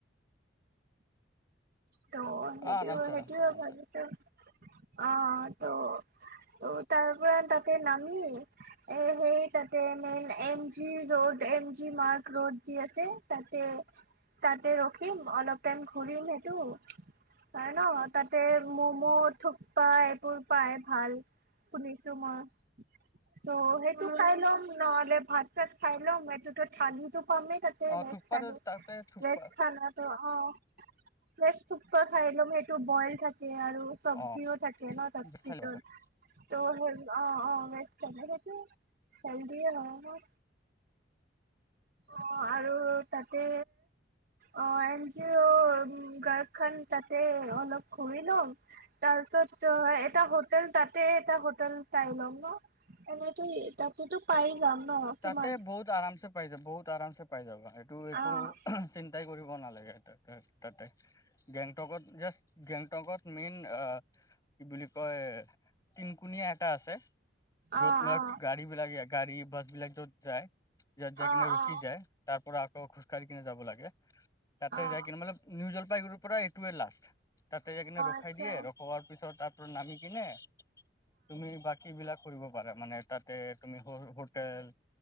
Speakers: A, on the right; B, on the left.
A: ত' সেইটো
B: আৰামছে
A: সেইটোয়
B: আৰামছে আৰামছে
A: ভাবো অ ত ত' তাৰ পৰাৰা তাতে নামি এ সেই তাতে main M G road M G মাৰ্ক ৰোড যে আছে তাতে তাতে ৰখিম, অলপ টাইম ঘূৰিম সেইটো ত ন তাতে ম'ম' থোপ্পা এইবোৰ পাই ভাল। শুনিছোঁ মই ত' সেই খাই ল'ম, ‌ নহ'লে ভাত চাত খাই ল'ম, এইটোতো থালিটো পামেই তাতে
B: অ
A: ভেজ
B: থুকপাতো
A: থালি
B: তাতে থুকপা
A: ভেজ খানটো অ। ভেজ ঠুপা খাই লোম সেইটো বইল থাকে আৰু চবজিও
B: অ
A: থাকে ন তাত
B: তাতে
A: ভিতৰত ত' সে অ অ <unintelligible> হেলদিয়ে হয় ন অ আৰু তাতে অ এনি ৰো অ গাৰখন তাতে অলপ ঘূৰি লম তাৰপিছত এটা হোটেল তাতে এটা হোটেল চাই ল'ম ন। এনেতো তাতেতো পাই যাম। ন' কিমান
B: তাতে বহুত আৰামছে পাই যাব বহুত আৰামছে পাই যাবা এইটো একো
A: অ',
B: চিন্তাই কৰিব কৰিব নালাগে তাতে তাতে গেংটকত য়াচ গেংটকত মেইন আ কি বুলি কয় টিনকুণীয়া এটা আছে। য'ত
A: অ',
B: মানে
A: অ'।
B: গাড়ী বিলাক গাড়ী বাছ বিলাক যত যায় যত যাই
A: অ',
B: কিনে ৰখি
A: অ',
B: যায় তাৰ পৰা আকৌ খোজকাঢ়ি কিনে যাব লাগে তাতে
A: অ', অ',
B: যাই কিনে মলোক নিউজ জলপাইগুৰিৰ পৰা এইটোৱে লাষ্ট তাতে যাই কিনে ৰখাই
A: আচ্ছা
B: দিয়ে ৰখোৱাৰ পিছত তাত তোৰ নামি কিনে তুমি বাকী বিলাক কৰিব পাৰা মানে তাতে তুমি সৰ হোটেল